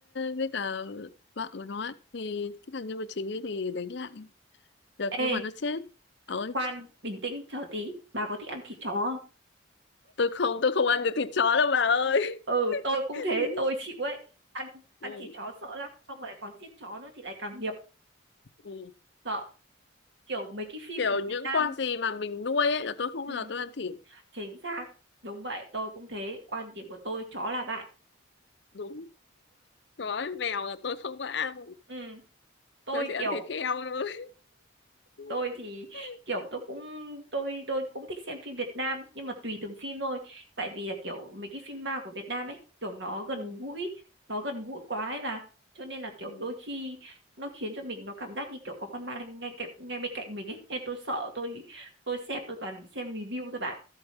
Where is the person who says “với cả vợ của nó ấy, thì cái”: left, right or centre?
Left